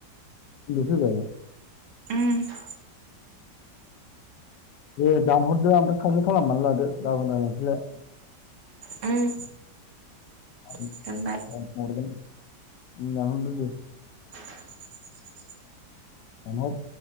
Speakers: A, on the left; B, on the right.
A: फैबाय
B: उम
A: <inaudible> दे दानहरदो आमफ्राय फायम' खालामनानै लादो गाबोन रायलायनोसैलाय।
B: उम।
A: <unintelligible>
B: दोनबाय
A: उम दानहरदो दे।
B: <inaudible>
A: दानहद।